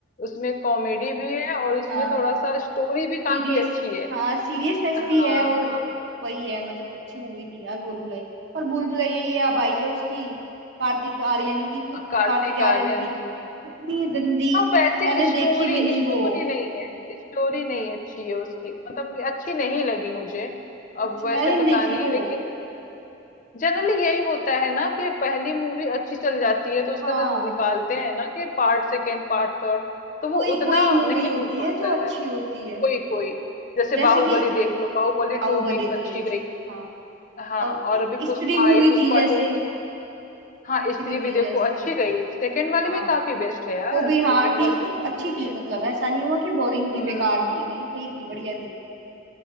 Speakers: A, on the left (about 45°); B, on the right (about 70°).
A: उसमें कॉमेडी भी है और
B: हाँ
A: उसमें थोड़ा सा स्टोरी भी
B: सीरियस
A: काफी अच्छी है
B: हाँ सीरियसनेस
A: हाँ
B: भी है और
A: हाँ
B: वही है मतलब अच्छी मूवी थी यार भूलभुलैया पर भूलभुलैया ये अब आई है उसकी कार्तिक आर्यन की इतनी
A: कार्तिक
B: कार्तिक आर्यन
A: आर्यन
B: की
A: की
B: इतनी गंदी
A: हाँ वैसे
B: मैंने
A: स्टोरी
B: देखी भी नहीं
A: स्टोरी
B: वो
A: नहीं है स्टोरी नहीं अच्छी है उसकी मतलब कि अच्छी नहीं लगी मुझे
B: अच्छा
A: अब वैसे
B: मैंने नहीं
A: पता
B: देखी
A: नहीं
B: वो
A: लेकिन जनरली यही होता है ना कि पहली मूवी अच्छी चल जाती है तो उसका
B: हाँ
A: जब निकालते हैं ना कि पार्ट सेकेंड पार्ट थर्ड तो वो
B: कोई
A: उतना
B: कोई मूवी
A: नहीं
B: होती
A: हो पाता
B: है जो अच्छी
A: है
B: होती है
A: कोई कोई जैसे
B: जैसे
A: बाहुबली
B: कि
A: देख लो बाहुबली
B: बाहुबली
A: टू भी अच्छी
B: थी अच्छी
A: गई
B: हाँ
A: हाँ
B: और
A: और
B: इ-
A: अभी पुष्पा
B: स्त्री मूवी
A: आई पुष्पा
B: थी जैसे
A: टू भी हाँ
B: स्त्री
A: स्त्री
B: थी
A: भी देखो
B: जैसे
A: अच्छी गई सेकेंड वाली
B: हाँ
A: भी काफी बेस्ट है यार
B: वो भी हाँ
A: सेकेंड
B: ठीक
A: वाली भी बहुत
B: थी अच्छी
A: अच्छी
B: थी
A: है
B: मतलब ऐसा नहीं हुआ कि बोरिंग थी
A: हम्म
B: बेकार
A: हम्म
B: थी नहीं सही थी बढ़िया थी